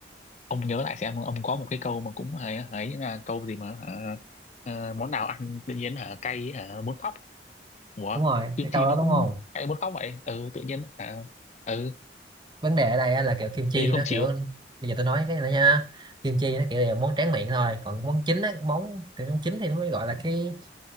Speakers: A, on the left; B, on the right.
A: ông nhớ lại xem ông có một cái câu mà cũng ấy ấy là câu gì mà hả? Ờ, món nào ăn tự nhiên hả cay hả muốn khóc Ủa,
B: đúng rồi
A: Kim
B: cái câu
A: Chi
B: đó
A: nó
B: đúng
A: cũng
B: không
A: chạy muốn khóc vậy. Ừ, tự nhiên à, ừ,
B: vấn đề ở đây á là kiểu kim chi
A: tự nhiên không
B: nó
A: chịu.
B: kiểu bây giờ tôi nói cái này nha kim chi nó kiểu là món tráng miệng thôi còn món chính á món cái món chính thì nó mới gọi là cái